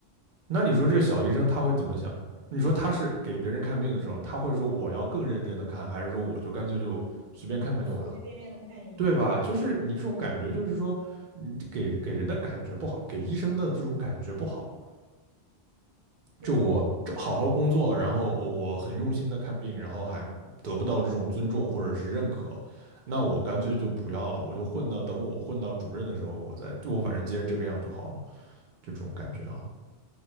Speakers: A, on the right; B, on the right.
A: 那你说这个小医生他会怎么想？
B: 对，
A: 你说他是给别人看病的时候，他会说我要更认真的看，还是说我就干脆就随便看看就完了，
B: 随随便便的看一眼。
A: 对吧？就是你这种感觉，
B: 嗯，
A: 就是说你给给人的感觉不好，给医生的这种感觉不好，
B: 对对对，
A: 就我这好好工作，
B: 是这样。
A: 然后我很用心的看病，然后还得不到这种尊重或者是认可，那我干脆就不要了，我就混到等我混到主任的时候，我再就我反正接着这个样就好了，就这种感觉哈。